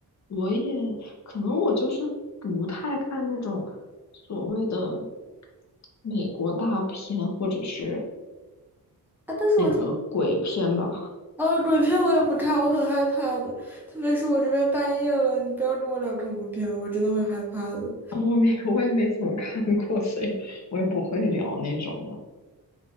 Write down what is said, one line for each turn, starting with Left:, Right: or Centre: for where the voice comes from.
Left: 我也可能我就是不太看那种所谓的美国大片或者是
Centre: 啊，但是我
Left: 那个鬼片吧。
Centre: 哦，鬼片我也不看，我很害怕的，特别是我这边半夜了，你不要跟我聊恐怖片，我真的会害怕的。
Left: <laughs> 我没，我也没怎么看过，所以我也不会聊那种了。